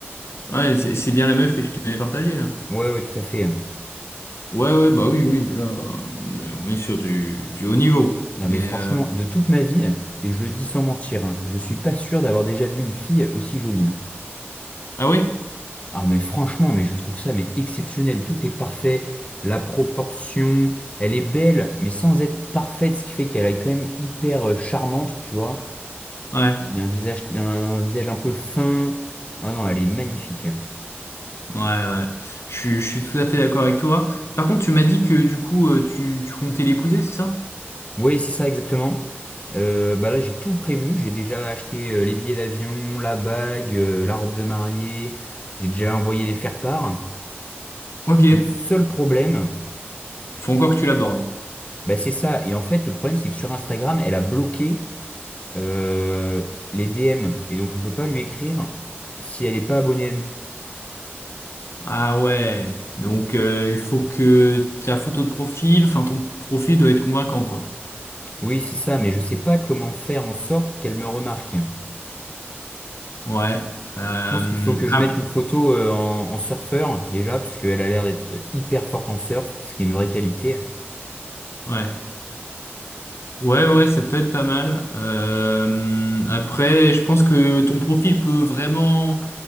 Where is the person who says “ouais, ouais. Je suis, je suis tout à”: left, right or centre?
Left